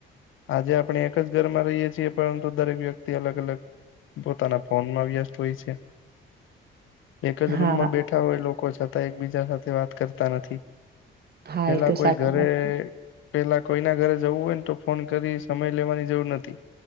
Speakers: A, on the left; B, on the right.
A: આજે આપણે એક જ ઘર માં રહીએ છીએ પરંતુ દરેક વ્યક્તિ અલગ અલગ પોતાના ફોન માં વ્યસ્ત હોય છે. એક જ
B: હા
A: રૂમમાં બેઠા હોય લોકો છતાં એકબીજા સાથે વાત કરતા નથી.
B: હા
A: પેલા
B: એ તો
A: કોઈ
B: સાચી
A: ઘરે,
B: વાત
A: પેહલા કોઈના ઘરે જવું હોય ને તો ફોન કરી સમય લેવાની જરૂર નથી.